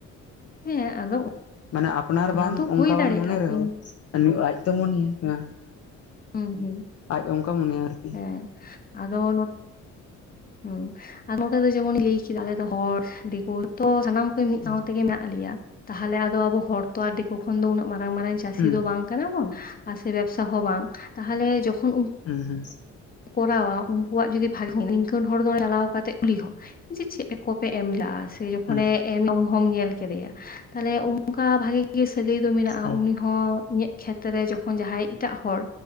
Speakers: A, on the left; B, on the left.
A: ᱦᱮᱸ ᱟᱫᱚ
B: ᱢᱟᱱᱮ ᱟᱯᱱᱟᱨ
A: ᱚᱱᱟ
B: ᱵᱟᱢ
A: ᱫᱚ ᱦᱩᱭ
B: ᱚᱱᱠᱟ ᱵᱟᱢ
A: ᱫᱟᱲᱮᱭᱟᱜᱼᱟ
B: ᱢᱚᱱᱮ ᱨᱮᱦᱚᱸ
A: ᱠᱤᱱ
B: ᱟᱨ ᱩᱱᱤ ᱟᱡ ᱛᱚ ᱢᱚᱱᱮᱭᱟ <inaudible> ᱦᱮᱸ᱾
A: ᱦᱩᱸ ᱦᱩᱸ
B: ᱟᱡ ᱚᱱᱠᱟ ᱢᱚᱱᱮᱭᱟ ᱟᱨᱠᱤ
A: ᱦᱮᱸ ᱟᱫᱚ, ᱦᱩᱸ ᱟᱨ ᱱᱚᱛᱮ ᱫᱚ ᱡᱮᱢᱚᱱᱤᱧ ᱞᱟᱹᱭ ᱠᱮᱫᱟ ᱟᱞᱮ ᱫᱚ ᱦᱚᱲ ᱫᱤᱠᱩ ᱛᱚ ᱥᱟᱱᱟᱢ ᱢᱤᱫ
B: ᱦᱩᱸ
A: ᱥᱟᱶ ᱛᱮᱜᱮ ᱢᱮᱱᱟᱜ ᱞᱮᱭᱟ, ᱛᱟᱦᱚᱞᱮ ᱟᱫᱚ ᱟᱵᱚ ᱦᱚᱲ ᱛᱚ ᱟᱨ ᱫᱤᱠᱩ ᱠᱷᱚᱱ ᱫᱚ ᱩᱱᱟᱹᱜ ᱢᱟᱨᱟᱝ ᱢᱟᱨᱟᱝ ᱪᱟᱹᱥᱤ
B: ᱦᱩᱸ
A: ᱫᱚ ᱵᱟᱝ ᱠᱟᱱᱟ ᱵᱚᱱ ᱟᱨ ᱥᱮ ᱵᱮᱵᱥᱟ ᱦᱚᱸ ᱵᱟᱝ ᱛᱟᱦᱚᱞᱮ ᱡᱚᱠᱷᱚᱱ
B: ᱦᱩᱸ ᱦᱩᱸ
A: ᱠᱚᱨᱟᱣᱟ ᱩᱱᱠᱩᱣᱟᱜ ᱡᱩᱫᱤ ᱵᱷᱟᱜᱤ ᱱᱤᱝᱠᱟᱹᱱ ᱦᱚᱲ ᱫᱚ ᱪᱟᱞᱟᱣ ᱠᱟᱛᱮᱫ <inaudible> ᱡᱮ ᱪᱮᱫ ᱠᱚᱯᱮ ᱮᱢᱞᱟᱼᱟ, ᱥᱮ ᱡᱚᱠᱷᱚᱱᱮ
B: ᱦᱩᱸ
A: ᱮᱢᱟ ᱩᱱᱦᱚᱢ ᱧᱮᱞ ᱠᱮᱫᱮᱭᱟ, ᱛᱟᱦᱞᱮ ᱚᱱᱠᱟ ᱵᱷᱟᱜᱤ ᱜᱮ ᱥᱟᱹᱜᱟᱹᱭ ᱫᱚ ᱢᱮᱱᱟᱜᱼᱟ
B: ᱦᱩᱸ
A: ᱩᱱᱤ ᱦᱚᱸ ᱤᱧᱟᱹᱜ ᱠᱷᱮᱛ ᱨᱮ ᱡᱚᱠᱷᱚᱱ ᱡᱟᱸᱦᱟᱸᱭ ᱮᱴᱟᱜ ᱦᱚᱲ᱾